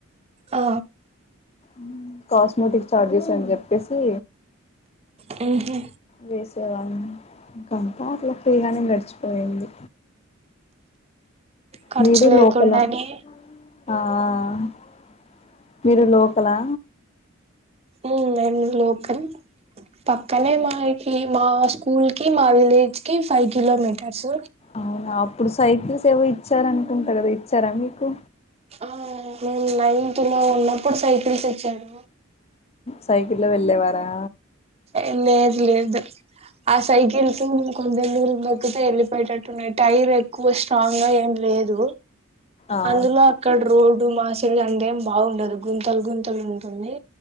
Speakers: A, on the right (about 30°); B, on the left (about 30°).
A: ఆ
B: మ్మ్ కాస్మోటిక్ చార్జెస్ అని చెప్పేసి,
A: హ్మ్ హు
B: వేసేవాళ్ళు ఇంకంతా అట్ల ఫ్రీగానే గడిచిపోయింది.
A: ఖర్చు
B: మీరు
A: లేకుండానే
B: లోకలా ఆ ఆ ఆ మీరు లోకలా?
A: ఉమ్ మేము లోకల్ పక్కనే మా ఇ కీ మా స్కూల్ కి మా విలేజ్ కి ఫైవ్ కిలోమీటర్స్
B: అవునా అప్పుడు సైకిల్సేవో ఇచ్చారనుకుంట గదా ఇచ్చార మీకు?
A: ఆ నైన్త్ న ఉన్నం అప్పుడు సైకిల్స్ ఇచ్చాడు
B: సైకిళ్లో వెళ్ళేవారా!
A: ఏంలేదు లేదు ఆ సైకిల్స్ కొంచెం దూరం తొక్కితే వెళ్ళిపోయటట్టున్నాయి టైర్ ఎక్కువ స్ట్రాంగ్ గా ఏం లేదు.
B: అవును
A: అందులో అక్కడ రోడ్ డు మా క్చల్ గా అంతేం బాగుండదు గుంతలు గుంతలు ఉంటుంది.